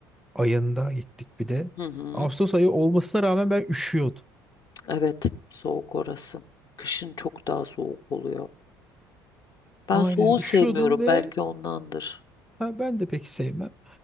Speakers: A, in the centre; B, on the left.
A: ayında gittik bir de.
B: Hı hı.
A: Ağustos ayı olmasına rağmen ben üşüyordum.
B: Evet soğuk orası kışın çok daha soğuk oluyor ben
A: Aynen
B: soğuğu
A: üşüyordum
B: sevmiyorum
A: ve
B: belki ondandır.
A: ha, ben de pek sevmem.